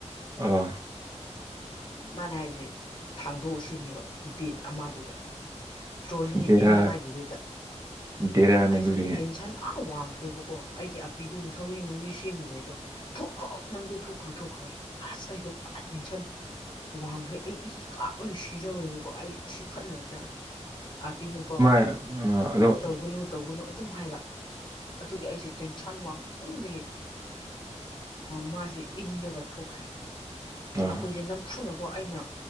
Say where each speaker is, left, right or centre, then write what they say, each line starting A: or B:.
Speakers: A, on the right; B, on the left.
A: ꯑꯣ
B: ꯃꯥꯅ ꯍꯥꯏꯁꯦ ꯊꯥꯡꯗꯣꯛꯑꯁꯤꯅꯦꯕ ꯕꯦꯠ ꯑꯃꯗꯨꯗ ꯇ꯭ꯔꯣꯂꯤ
A: ꯕꯦꯔꯥ
B: ꯏꯟꯗꯅꯒꯗꯗ
A: ꯕꯦꯔꯥꯅꯤ
B: ꯑꯩꯁꯦ
A: ꯑꯗꯨꯗꯤ
B: ꯇꯦꯟꯁꯟ ꯑꯥ ꯋꯥꯡꯈ꯭ꯔꯦꯕꯀꯣ ꯑꯩꯒꯤ ꯑꯄꯤꯗꯨꯅ ꯊꯧꯔꯤ ꯔꯤ ꯁꯦꯝꯂꯤꯉꯩꯗꯣ ꯊꯣꯛꯈ꯭ꯔꯣ ꯅꯪꯗꯣ ꯊꯣꯛꯈ꯭ꯔꯣ ꯊꯣꯛꯈ꯭ꯔꯣ ꯑꯁ ꯑꯩꯗꯤꯣ ꯄꯨꯔꯥ ꯇꯦꯟꯁꯟ ꯋꯥꯡꯈ꯭ꯔꯦ ꯑꯩ ꯏ ꯀꯥꯞꯅ ꯁꯤꯖꯧꯔꯦꯕꯀꯣ ꯑꯩ ꯑꯁꯤ ꯈꯠꯅꯖꯦ ꯑꯥꯄꯤꯅꯨꯀꯣ
A: ꯑ
B: ꯇꯧꯒꯅꯨ ꯇꯧꯒꯅꯨ ꯑꯗꯨꯝ ꯍꯥꯏꯕ ꯑꯗꯨꯒꯤ ꯑꯩꯁꯦ ꯇꯦꯟꯁꯟ ꯋꯥꯡꯕꯒꯤ ꯃꯥꯁꯦ ꯏꯜꯂꯒ ꯊꯣꯛꯈ꯭ꯔꯦ
A: ꯑꯥ
B: ꯑꯩꯈꯣꯏꯁꯦ ꯅꯝꯊꯨꯅꯕꯅꯕꯣ ꯑꯩꯅ